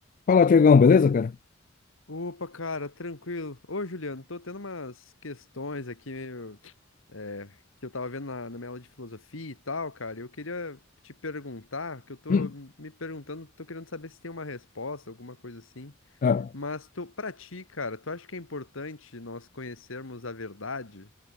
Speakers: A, on the left; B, on the left.
A: Fala, Tiagão, beleza, cara?
B: Opa, cara, tranquilo. Ô, Juliano, tô tendo umas questões aqui meio, é, que eu tava vendo na, na minha aula de filosofia e tal, cara. Eu queria te perguntar, que eu tô
A: Hum,
B: me perguntando, tô querendo saber se tem uma resposta, alguma coisa assim.
A: ah,
B: Mas tu, pra ti, cara, tu acha que é importante nós conhecermos a verdade